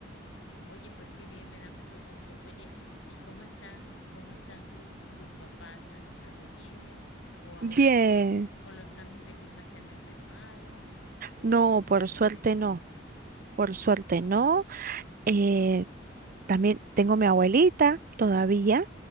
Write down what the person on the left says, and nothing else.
Oye, pues qué bien, me da mucho gusto. Oye, ¿y cómo están, cómo están tus, tus papás? ¿Han estado bien? ¿O ahora
que con los cambios de clima se han enfermado? ¿O
bien de
salud
y de todo?